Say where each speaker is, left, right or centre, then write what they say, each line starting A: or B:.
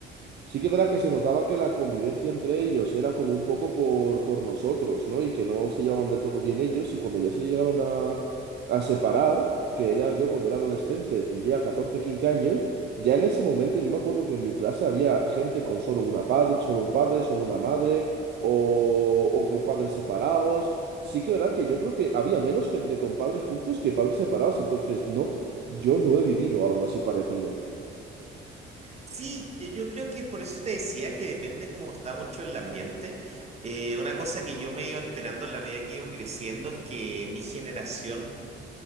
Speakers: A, on the right (about 55°); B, on the right (about 35°).
A: Sí que es verdad que se notaba que la convivencia entre ellos era como un poco por, por nosotros, ¿no? Y que no se llevaban del todo bien ellos y cuando ya se llegaron a, a separar, que ella, yo cuando era adolescente tendría 14 15 años, ya en ese momento yo me acuerdo que en mi clase había gente con solo una padre, solo un padre, solo una madre o, o con padres separados. Sí que es verdad que yo creo que había menos gente con padres juntos que padres separados, entonces no, yo no he vivido algo así parecido.
B: Sí, eh, yo creo que por eso te decía que depende cómo está mucho el ambiente. Eh, una cosa que yo me iba enterando en la medida que iba creciendo es que mi generación